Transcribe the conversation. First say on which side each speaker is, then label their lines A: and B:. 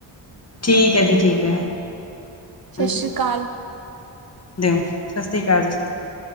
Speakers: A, on the left (about 30°); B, on the right (about 50°).
A: ਠੀਕ ਹੈ ਜੀ ਠੀਕ ਹੈ।
B: ਸਤਿ
A: ਹਾਂਜੀ
B: ਸ਼੍ਰੀ ਅਕਾਲ
A: ਦਿਓ ਸਤਿ ਸ਼੍ਰੀ ਅਕਾਲ ਜੀ ਸਤਿ ਸ਼੍ਰੀ ਅਕਾਲ